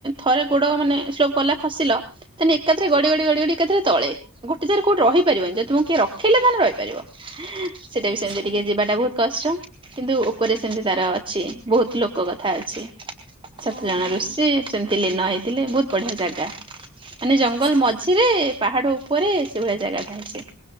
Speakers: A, on the right (about 20°); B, on the right (about 50°).
A: ଥରେ ଗୋଡ଼ ମାନେ ସ୍ଲୋପ୍ କଲା ଖସିଲ ତାହେଲେ ଏକାଥରେ ଗଡ଼ି ଗଡ଼ି ଗଡ଼ି ଗଡ଼ି ଏକାଥରେ ତଳେ ଗୋଟୋ ଜାଗାରେ କୋଉଠି ରହିପାରିବନି ଯେଦି ତମକୁ କିଏ ରଖେଇଲା ତାହେଲେ ରହିପାରିବ। ସେଟାବି
B: ଆଚ୍ଛା
A: ସେମିତି ଟିକେ ଯିବାଟା ବହୁତ୍ କଷ୍ଟ କିନ୍ତୁ ଉପରେ ସେମିତି ତାର ଅଛି ବହୁତ୍ ଲୋକ କଥା ଅଛି ସାତ
B: ଓହୋ
A: ଜଣ ରଋଷି ସେମିତି ଲୀନ ହେଇ ତିଲେ ବହୁତ ବଢ଼ିଆ ଜାଗା ମାନେ ଜଙ୍ଗଲ
B: ଆଚ୍ଛା
A: ମଝିରେ ପାହାଡ଼ ଉପରେ ସେଭଳିଆ ଜାଗା ଥାଏ ସେ।